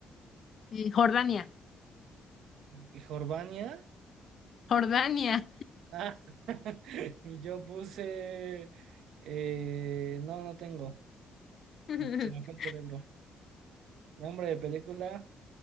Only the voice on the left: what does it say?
eh, Jordania,
Jordania.
<laughs>